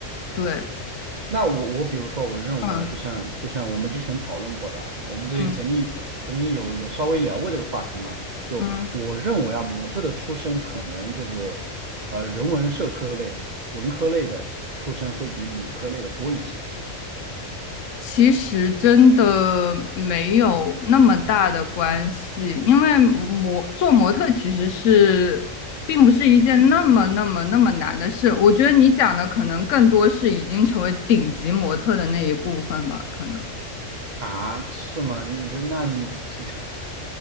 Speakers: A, on the left (about 75°); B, on the right (about 50°).
A: 对，
B: 那我我比如说，我认为啊，
A: 嗯
B: 就像就像我们之前讨论过的啊，我们之前曾经曾经有有稍微聊过这个话题嘛。
A: 嗯
B: 就我认为啊，
A: 嗯。
B: 模特的出身可能就是呃人文社科类、文科类的出身会比理科类的多一些
A: 其实真的没有那么大的关系，因为模做模特其实是并不是一件那么那么那么难的事。我觉得你讲的可能更多是已经成为顶级模特的那一部分吧，可能
B: 啊？是吗？你这那你 <laughs>